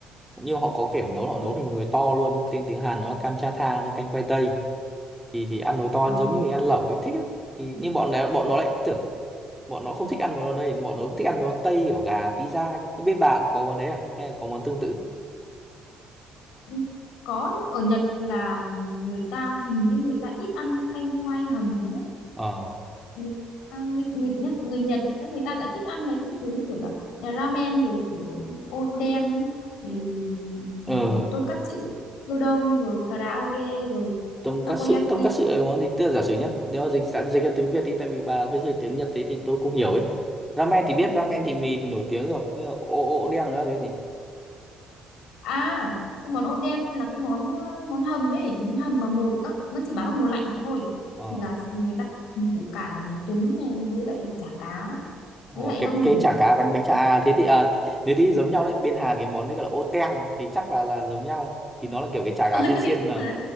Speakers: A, in the centre; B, on the left (about 80°).
A: nhưng họ có kiểu nấu họ nấu thành một nồi to luôn ấy. tên tiếng Hàn nó là cam cha thang nó canh khoai tây thì thì ăn nồi to
B: Ờ,
A: giống như mình ăn lẩu ấy thích á thì nhưng bọn này bọn nó lại tưởng bọn nó không thích ăn mấy món này bọn nó thích ăn mấy món tây kiểu gà pizza cơ. Nhưng bên bạn cũng có món đấy à hay là có món tương tự
B: ừ, có nhưng ở Nhật là người ta hình như người ta ít ăn canh khoai hầm lắm
A: ờ
B: người, à, người, người, nhá- người Nhật á, người ta lại thích ăn mấy cái thứ như kiểu là là ramen rồi kiểu oden á, thì rồi,
A: ừ.
B: rồi tonkatsu gyudon rồi karaage rồi
A: tonkatsu
B: takoyaki
A: tonkatsu là cái món gì tức là giả sử nhá nếu mà dịch sẵn dịch ra tiếng Việt đi tại vì bà cứ dịch tiếng Nhật thế thì tôi không hiểu ấy ramen thì biết ramen thì mì thì nổi tiếng rồi nhưng mà ô ô đen nữa là cái gì
B: à cái món oden là cái món ờ, món hầm ấy món hầm mà mùa nó nó chỉ bán vào mùa lạnh thôi
A: ờ
B: thì là người ta hầm củ cải này trứng này với lại chả cá
A: Ồ,
B: với lại
A: cái
B: rong
A: cái
B: biển
A: chả cá bánh bánh chả à, thế thì à nếu thì giống nhau đấy bên Hàn cái món đấy gọi là ô teng thì chắc là là giống nhau thì nó là kiểu cái chả
B: ừ
A: cá xiên
B: thế
A: xiên
B: thì đúng
A: mà
B: rồi đấy.